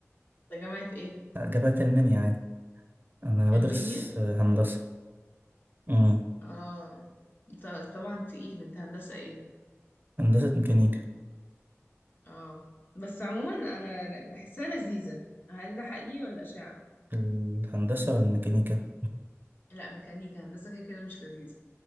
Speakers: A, on the left; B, on the right.
A: انت جامعه ايه
B: جامعة ألمانيا عادي أنا بدرس
A: المنيا
B: هندسة امم
A: اه انت طبعا تقيل انت هندسه ايه
B: هندسة ميكانيكا
A: اه بس عموما انا ل- بحسها لذيذة هل ده حقيقي ولا اشاعة
B: الهندسة والميكانيكا
A: لا ميكانيكا هندسة كده كده مش لذيذة